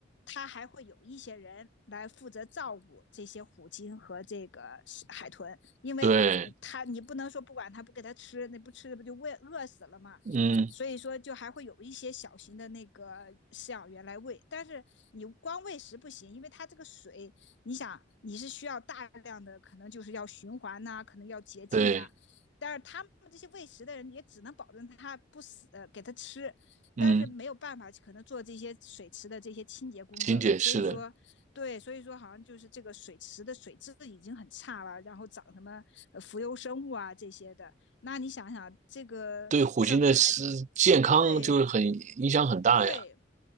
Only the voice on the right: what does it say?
对，
嗯，
对，
嗯，
金姐是的，
对虎鲸的是健康就是很影响很大呀，